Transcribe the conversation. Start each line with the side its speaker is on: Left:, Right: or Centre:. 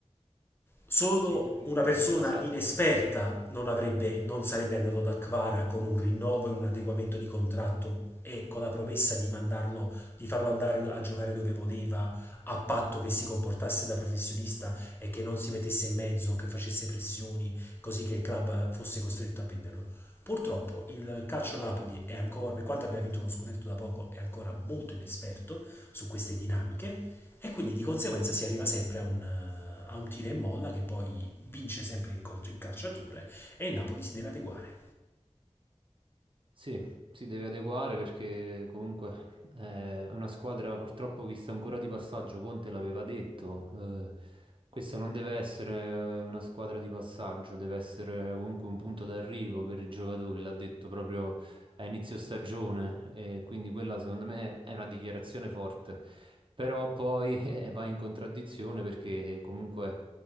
Left: solo
Right: Sì, lui
Left: una persona
Right: è passato.
Left: inesperta non, avrebbe, non sarebbe andato da Kvara con un rinnovo e un adeguamento di contratto e con la promessa di, mandarlo, di farlo andare a giocare dove voleva, a patto che si comportasse da professionista e che non si mettesse in mezzo, che facesse pressioni, così che il club fosse costretto a venderlo. Purtroppo il calcio Napoli è ancora, per quanto abbia vinto uno scudetto da poco, è ancora molto inesperto su queste dinamiche e quindi di conseguenza si arriva sempre a un, eh, a un tira e molla che poi vince sempre il, col- il calciatore e il Napoli si deve adeguare.
Right: Sì, si deve adeguare perché comunque è una squadra purtroppo vista ancora di passaggio, Conte l'aveva detto. eh, questa non deve essere una squadra di passaggio, deve essere comunque un punto d'arrivo per i giocatori, l'ha detto proprio a inizio stagione e quindi quella secondo me è una dichiarazione forte. Però poi <laughs> eh, va in contraddizione perché comunque